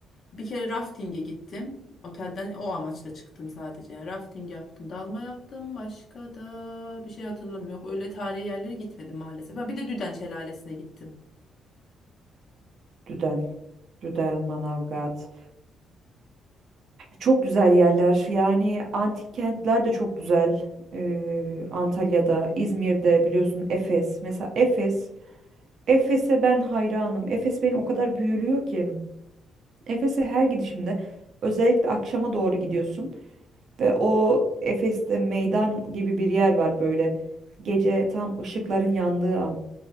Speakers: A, on the left (about 45°); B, on the right (about 60°).
A: Bir kere rafting'e gittim. Otelden o amaçla çıktım sadece. Yani rafting yaptım, dalma yaptım. Başka da bir şey hatırlamıyorum. Yok öyle tarihi yerlere gitmedim maalesef. Ha, bir de Düden Şelalesi'ne gittim.
B: Düden, Düden, Manavgat. Çok güzel yerler. Yani antik kentler de çok güzel. Ee, Antalya'da, İzmir'de biliyorsun Efes. Mesela Efes. Efes'e ben hayranım. Efes beni o kadar büyülüyor ki. Efes'e her gidişimde özellikle akşama doğru gidiyorsun ve o Efes'te meydan gibi bir yer var böyle. Gece tam ışıkların yandığı an.